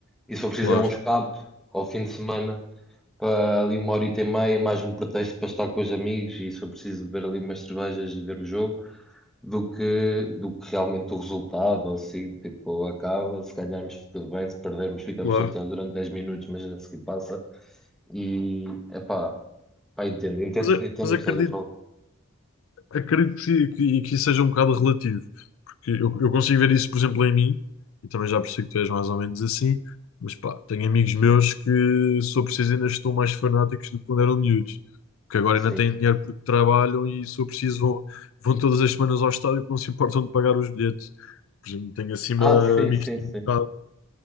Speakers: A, in the centre; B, on the left.
A: E se for
B: claro,
A: preciso, é um escape ao fim de semana para ali uma horita e meia, mais um pretexto para estar com os amigos. E se for preciso, beber ali umas cervejas e ver o jogo, do que, do que realmente o resultado. Assim, tipo, acaba. Se ganharmos, tudo bem. Se perdermos, ficamos
B: claro.
A: chateados durante 10 minutos, mas a seguir passa. E, epá, pá, entendo, entendo,
B: Mas, é-
A: entendo
B: mas
A: o
B: acredito.
A: que estás a falar.
B: Acredito que, sim, que, que isso seja um bocado relativo, porque eu, eu consigo ver isso, por exemplo, em mim, e também já percebi que tu és mais ou menos assim, mas pá, tenho amigos meus que, se eu preciso, ainda estão mais fanáticos do que quando eram miúdos, que agora ainda
A: Sim.
B: têm dinheiro porque trabalham e, se eu preciso, vão, vão todas as semanas ao estádio porque não se importam de pagar os bilhetes. Por exemplo, tenho assim uma,
A: Ah, sim,
B: amigos
A: sim,
B: que têm
A: sim.
B: um bocado.